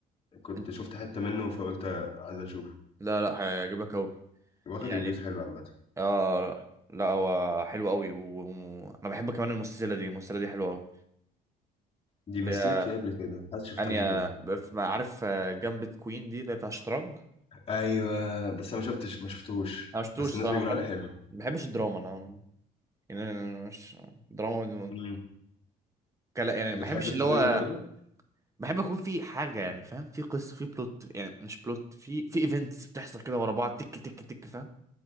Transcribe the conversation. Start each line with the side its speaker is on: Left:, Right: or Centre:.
Left: كنت
Right: إنت-
Left: شفت حتة منه فقلت عايز اشوفه
Right: لا لا هيعجبك قوي
Left: واخد
Right: يعني.
Left: ريفيوز حلوة عامة
Right: اه لا لا هو حلو قوي وانا بحب كمان المسلسلة دي المسلسلة دي حلوة قوي
Left: دي
Right: اللي
Left: مثلت
Right: هي
Left: فيه قبل كده حد شفتها
Right: انيا
Left: قبل كده
Right: بف- ما عارف آه، جنب كوين دي اللي هي بتاع الشطرنج
Left: ايوه بس انا ما شفتش ما شفتوش
Right: انا مشفتوش
Left: بس الناس
Right: صراحة
Left: بيقولوا
Right: بحب
Left: عليه حلو
Right: ما بحبش الدراما انا يعني أنا مش دراما دي-
Left: امم
Right: كلا يعني
Left: بتحب
Right: ما بحبش
Left: الثريلر
Right: اللي هو
Left: برضه
Right: بحب اكون في حاجة يعني فاهم في قصة في بلوت يعني مش بلوت في في ايفنتس بتحصل كده ورا بعض تك تك تك فاهم